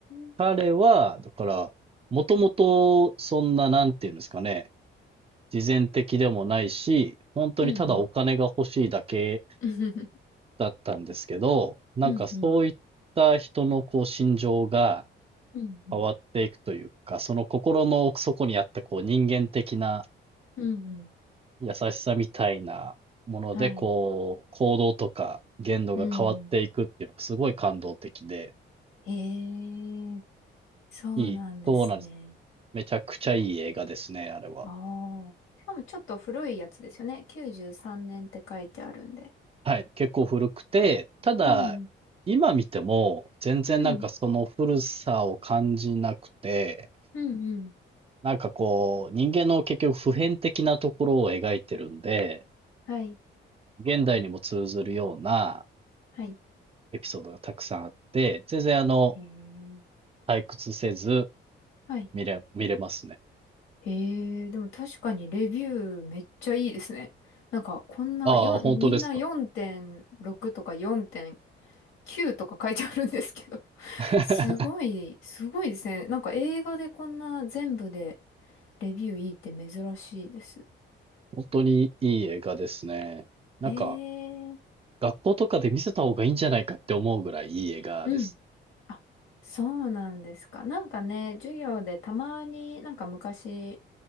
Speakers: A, on the left; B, on the right.
A: ん。
B: 彼は、だから、もともと、そんな、なんていうんですかね、慈善的でもないし、本当にただお金が欲しいだけ
A: うんうん。<laughs>
B: だったんですけど、なんかそういった人のこう心情が
A: うんうん。うんうん。
B: 変わっていくというか、その心の奥底にあったこう人間的な
A: うんうん。
B: 優しさみたいなもので、
A: はい。
B: こう、行動とか言動が変わっていくっていうのがすごい感動的で、
A: うん。ええ、そうなんですね。
B: いい、そうなんです。めちゃくちゃいい映画ですね、あれは。
A: ああ。しかもちょっと古いやつですよね。93年って書いてあるんで。
B: はい、結構古くて、ただ、
A: うん、
B: 今見ても、全然なんかその古さを感じなくて、
A: うん、うん、うん。
B: なんかこう、人間の結局普遍的なところを描いてるんで、
A: はい、
B: 現代にも通ずるような
A: はい。
B: エピソードがたくさんあって、全然あの、
A: ええ、
B: 退屈せず
A: はい。
B: 見れ、見れますね。
A: ええ、でも確かにレビューめっちゃいいですね。なんかこんな4、
B: ああ、本当ですか。
A: みんな4.6とか4.9とか書いてあるんですけど。
B: <laughs>
A: すごい、すごいですね。なんか映画でこんな全部でレビューいいって珍しいです。
B: 本当にいい映画ですね。なんか、
A: ええ
B: 学校とかで見せた方がいいんじゃないかって思うぐらいいい映画です。
A: うん。あ、そうなんですか。なんかね、授業でたまになんか昔、